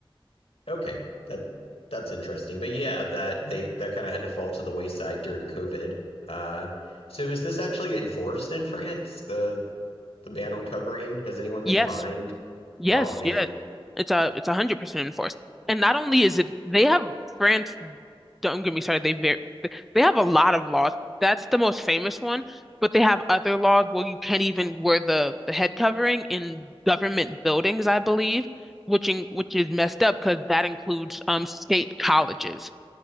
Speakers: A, on the left (about 85°); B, in the centre.
A: Okay, that that's interesting. But yeah, that they that kind of had to fall to the wayside during COVID. Uh, so is this actually enforced in France? The the ban on covering? Has anyone
B: Yes,
A: been fined?
B: yes,
A: Oh man.
B: yes. It's a it's a hundred percent enforced. And not only is it they have France, don't get me started, they very they have a lot of laws. That's the most famous one, but they have other laws where you can't even wear the the head covering in government buildings, I believe, which in, which is messed up because that includes um state colleges.